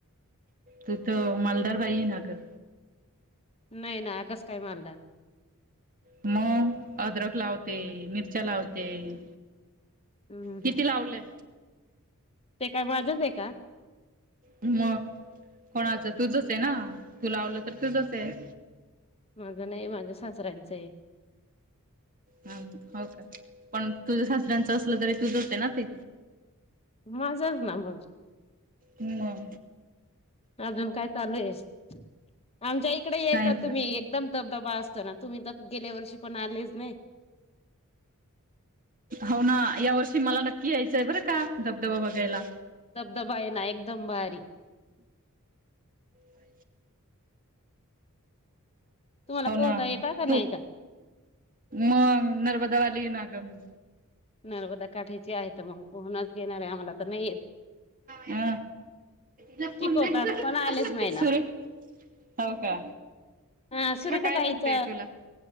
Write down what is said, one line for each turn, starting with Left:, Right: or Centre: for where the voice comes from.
Right: तू तर मालदार बाई ना ग.
Left: नाही ना कास काय मालदार
Right: मग अदरक लावते मिरच्या लावते.
Left: हम्
Right: किती लावलंय
Left: ते काय माझच आहे का,
Right: मग कोणाचं तूझच आहे ना तू लावलं तर तुझच आहे.
Left: माझं नाही माझ्या सासऱ्यांचं आहे.
Right: हम हो का पण तुझ्या सासऱ्यांचं असलं तरी तू जात ना ते
Left: माझ्याच ना मग
Right: मम
Left: अजून काय चालू आहेस आमच्या इकडे यायच
Right: काय नाही
Left: तुम्ही
Right: ग
Left: एकदम धबधबा असतो ना तुम्ही तर गेल्या वर्षी पण आलेच नाही.
Right: हो ना या वर्षी मला नक्की यायचं आहे बरं का धबधबा बघायला.
Left: दबदबा आहे ना एकदम भारी
Right: आ
Left: तुम्हाला
Right: हो
Left: पोहता
Right: ना
Left: येता का
Right: तू
Left: नाही का?
Right: मग नर्मदा वाली ना गमी
Left: नर्मदा काठाची आहे तर मग पहणच घेणार आहे आम्हाला तर नाही येत.
Right: ह त
Left: शिकवतात
Right: पुन नाहीर
Left: पण आलेच नाही ना
Right: हो का?
Left: हा सुरेखाात
Right: काय म्हणतेय
Left: आईच
Right: तुला